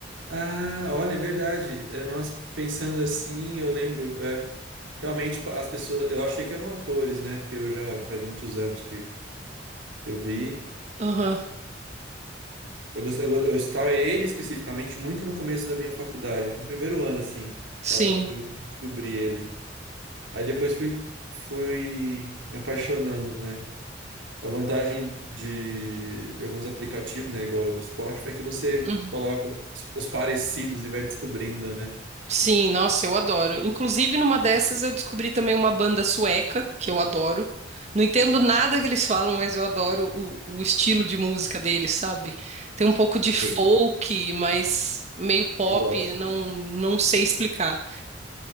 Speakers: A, on the right; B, on the right.
A: Ah, olha, é verdade. É, nós pensando assim, eu lembro, é, realmente pa- as pessoas, eu achei que eram atores, né? Porque eu já faz muitos anos que eu vi.
B: Aham,
A: Eu gostei, eu, go- eu estava ele especificamente muito no começo da minha faculdade, no primeiro ano assim,
B: sim.
A: tava, eu descobri ele. Aí depois fui, fui me apaixonando, né? A vantagem de, de alguns aplicativos, né, igual o Spotify, é que você
B: uhum.
A: coloca os os parecidos e vai descobrindo, né?
B: Sim, nossa, eu adoro. Inclusive, numa dessas eu descobri também uma banda sueca que eu adoro. Não entendo nada que eles falam, mas eu adoro o, o estilo de música deles, sabe? Tem um pouco de folk,
A: Sim.
B: mas meio pop,
A: Eu gosto.
B: não, não sei explicar.